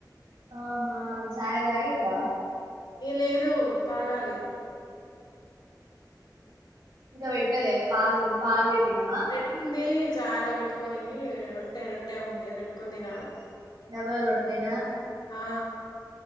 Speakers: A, on the right (about 80°); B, on the left (about 85°).
A: ఆహా ఛాయ్ దాగిన్రా
B: ఏ లేదు తాగాలి
A: ఇంకా పెట్టలే పాలు పాలు పెట్టినవా
B: మిగిలిందే చాయ్ లో పెట్టుకోనికి రొట్టె రొట్టె ఉంది అది పెట్టుకొని తినాలా
A: డబల్ రొట్టే నా
B: ఆ